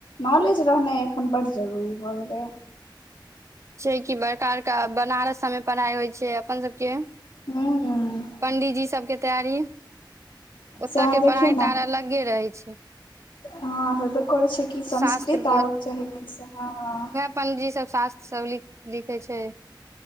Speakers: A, on the left (about 80°); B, on the right (about 35°).
A: नॉलेज रहनाइ एखन बड्ड जरूरी भऽ गेलैय
B: छै कि बड़का बड़का बनारस सबमे पढ़ाई होइ छै अपन सबके
A: हूँ
B: पण्डीजी सबके तैयारी ओतय
A: सएह
B: के
A: देखियौ
B: पढ़ाइ
A: ने
B: तऽ आर अलगे रहै छै
A: हँ होबे करै छै कि संस्कृत
B: शास्त्र
A: आबक चाही ह
B: पणजी सब शास्त्र सब लिखै छै